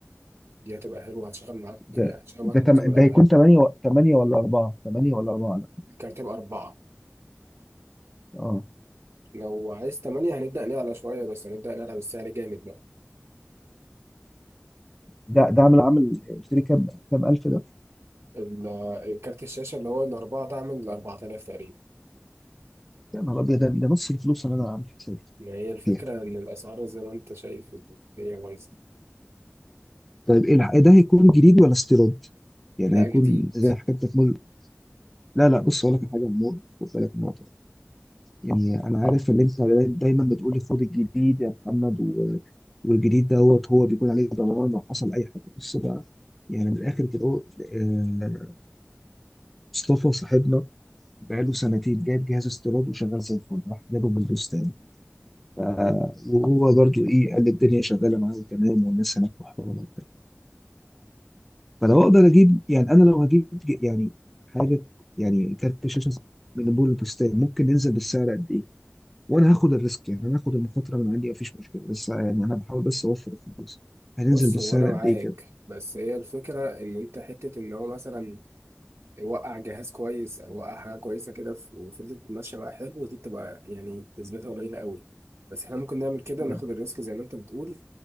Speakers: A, on the right (about 85°); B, in the centre.
A: دي هتبقى حلوه هتشغل معاك
B: ده
A: يعني هتشغل
B: ده
A: معاك
B: تم...
A: معظم
B: ده
A: الالعاب
B: هيكون 8 و... 8 ولا 4 8 ولا 4 ده
A: الكارت يبقى اربعه
B: اه
A: لو عايز تمانية هنبدا نعلى شويه بس هنبدا نعلى بالسعر جامد بقى
B: ده
A: يعني
B: ده عامل عامل قلت لي كام كام الف ده
A: ال- الكارت الشاشه اللي هو الاربعه ده عامل 4000 تقريبا
B: يا نهار ابيض ده ده نص الفلوس اللي انا عامل حسابي
A: ما هي الفكره
B: فيها.
A: ان الاسعار زي ما انت شايف الدنيا بايظه
B: طيب ايه الح- إيه ده هيكون جديد ولا استيراد؟ يعني
A: لا
B: هيكون
A: جديد
B: زي حاجه انت تمول لا لا بص اقول لك على حاجه يا عمور خد بالك من النقطه دي يعني انا عارف ان انت داي- دايما بتقول لي خد الجديد يا محمد و... والجديد دوت هو بيكون عليه ضمان لو حصل اي حاجه بص بقى يعني من الاخر كده أهو، آه، مصطفى صاحبنا بقاله سنتين جايب جهاز استيراد وشغال زي الفل راح جابه من البستان ف-
A: مم.
B: وهو برضو ايه قال لي الدنيا شغاله معاه وتمام والناس هناك محترمه وبتاع. فلو اقدر اجيب يعني انا لو هجيب ج- يعني حاجه يعني كارت شاشه من بول البستان ممكن ننزل بالسعر قد ايه وانا هاخد الريسك يعني انا هاخد المخاطره من عندي مفيش مشكله بس يعني انا بحاول بس اوفر الفلوس هننزل
A: بص
B: بالسعر
A: هو انا
B: قد
A: معاك
B: ايه كده
A: بس هي الفكره ان انت حته ان هو مثلا يوقع جهاز كويس او يوقع حاجه كويسه كده في- وفضلت ماشيه بقى حلو دي بتبقى يعني نسبتها قليله قوي بس احنا ممكن نعمل كده
B: يعني
A: ناخد الريسك زي ما انت بتقول